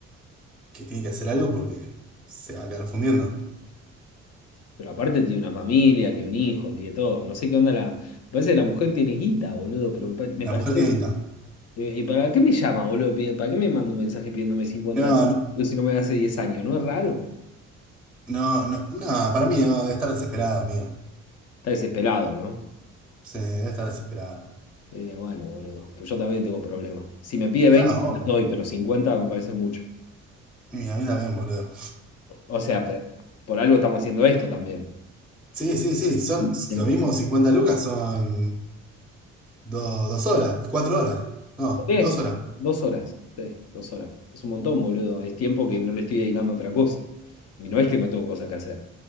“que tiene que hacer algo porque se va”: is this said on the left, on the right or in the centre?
Centre